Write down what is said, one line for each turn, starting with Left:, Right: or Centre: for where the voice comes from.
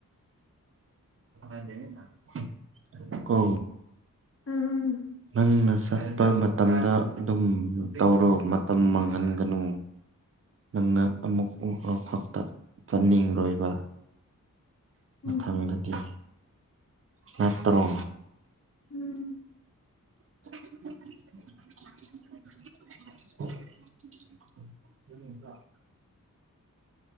Right: UNINTELLIGIBLE ꯀꯣ
Left: ꯎꯝ
Right: ꯅꯪꯅ ꯆꯠꯄ ꯃꯇꯝꯗ ꯑꯗꯨꯝ ꯇꯧꯔꯣ ꯃꯇꯝ ꯃꯥꯡꯍꯟꯒꯅꯨ ꯅꯪꯅ ꯑꯃꯨꯛ ꯑꯃꯈꯛꯇ ꯆꯠꯅꯤꯡꯂꯣꯏꯕ ꯃꯊꯪꯗꯗꯤ
Left: ꯎꯝ
Right: ꯅꯠꯇꯔꯣ
Left: ꯎꯝ
Right: <inaudible> <inaudible>